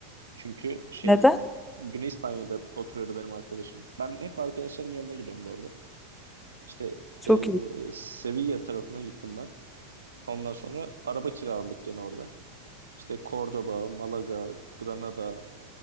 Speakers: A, on the right (about 70°); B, in the centre.
A: Çünkü şey
B: Neden?
A: Güney İspanya'da oturuyordu benim arkadaşım. Ben hep arkadaşlarımın yanına gidiyorum bu arada. İşte
B: Çok
A: eee
B: iyi.
A: Sevilla tarafına gittim ben. Ondan sonra araba kiraladık gene orada. İşte Cordoba, Malaga, Granada,